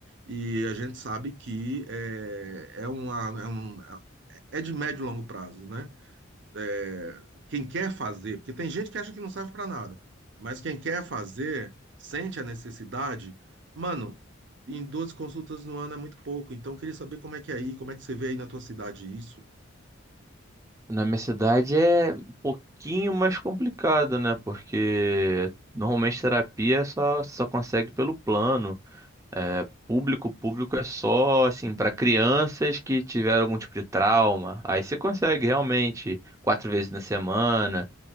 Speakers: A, on the right (about 60°); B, on the right (about 15°).
A: E a gente sabe que é, é, uma, é, um, é de médio e longo prazo, né? É, quem quer fazer, porque tem gente que acha que não serve para nada, mas quem quer fazer, sente a necessidade, mano, em 12 consultas no ano é muito pouco, então eu queria saber como é que é aí, como é que você vê aí na tua cidade isso.
B: Na minha cidade é um pouquinho mais complicado, né? Porque normalmente terapia só só consegue pelo plano. É, público, público é só assim para crianças que tiveram algum tipo de trauma. Aí você consegue realmente quatro vezes na semana.